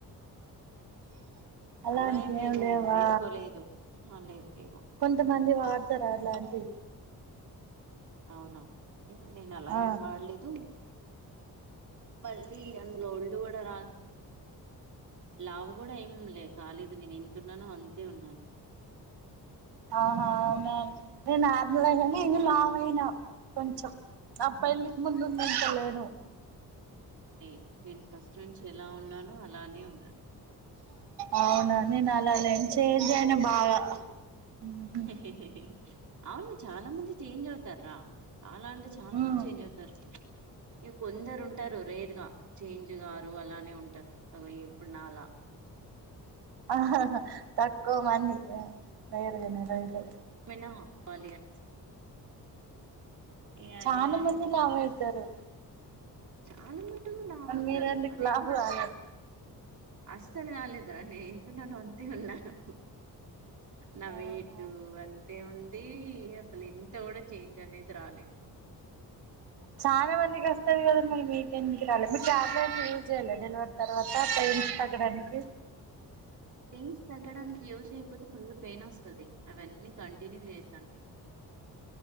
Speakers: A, on the right (about 75°); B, on the right (about 50°).
A: అలాంటివి
B: అలా ఏం నేను
A: లేవా
B: వేసుకోలేదు హా లేవు లే
A: కొంతమంది వాడతారు అలాంటివి
B: అవునా ఏమో నేను అలా
A: ఆ
B: ఏం వాడలేదు వళ్లిీ అందులో ఉళ్ళు కూడా రాదు లావు కూడాఏం కాలే దు నేను ఏం తున్నాను అంతే ఉన్నాను
A: ఆహా అవునండి నేను నర్మలే కానీ ఇవి లావ అయినాం కొంచెం అప్ప పెళ్ళి
B: అవునా
A: కి ముందు ఉందింతల నేను
B: లేదు నేను ఫస్ట్ నుంచి ఎలా ఉన్నాను అలానే ఉన్నాను
A: అవునండి నేను అలాలేను చేంజ్ అయినా బాగా ఉహు
B: హేహేహే అవును చాలా మంది చేంజ్ అయితరూ తరు రా చాలా అంటే చాలా
A: ఉమ్
B: మంది చేంజ్ అవుతారు ఇగ కొందరు ఉంటారు రేర్ గా చేంజ్ గారు అలానే ఉంటారు అగో ఇప్పుడు నాలా
A: ఆ తక్కువ మంది రేర్ గానే రైట్ ఏ
B: <unintelligible> ఇగ
A: చాలా
B: అది కాదు
A: మంది
B: ఇది
A: లావు
B: కాదు
A: అవుతారు
B: చాలా మట్టుకు లావు అవుతారు
A: మీరెందుకు
B: అదే
A: లావు
B: కూడా
A: కాలేదు
B: అసలు కాలేదు రా నేను ఎంత ఉన్నానో అంతే ఉన్నాను నా
A: అవునా
B: వైట్ అంతే ఉంది అసలు ఇంత కూడా చేంజ్ అనేది రాలేదు
A: చాలా మందికి వస్త వస్తుంది కదా మీరు మీకు ఎందుకు రాలే మీరు టాబ్లెట్స్ యూస్ చేయలే డెలివర్ తర్వాత పెయిన్స్ తగ్గడానికి
B: పెయిన్స్ తగ్గడానికి యూస్ చేయకపోతే ఫుల్ పెయిన్ వస్తుంది అవన్నీ కంటిన్యూ చేశాను నేను